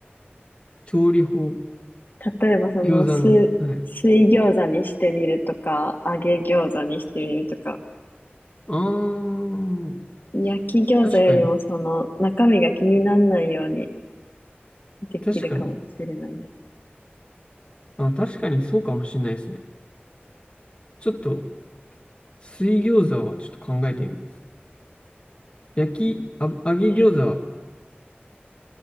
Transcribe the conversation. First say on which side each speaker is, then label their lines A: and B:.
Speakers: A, on the left; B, on the left.
A: 調理法、
B: 例えばその水、
A: 餃子の、はい。
B: 水餃子にしてみるとか、揚げ餃子にしてみるとか、
A: あー、
B: 焼き餃子よりもその中身が気にならないように
A: 確かに、
B: できるかもしれないです。
A: 確かに。あ、確かにそうかもしれないですね。ちょっと、水餃子はちょっと考えてみます。焼き、あぶ、揚げ餃
B: はい。